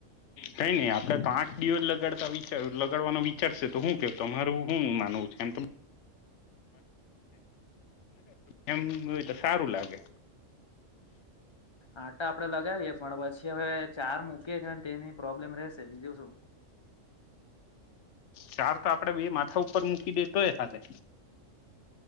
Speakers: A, on the left; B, on the left.
A: કઈ નઈ આપડે તો આંઠ દિવર લગાડ તો વિ લગાડવાનો વિચારશે તો શું કેવ તમારું શું માનવું છે એમ એમ તો સારું લાગે
B: આટા આપડે લગાવીએ પણ પછી હવે ચાર મૂકીએ કે તેની પ્રોબ્લેમ ર ચલીજ છું <inaudible>
A: ચાર તો આપડે બે માથા ઉપર મૂકી દેતોય હાલે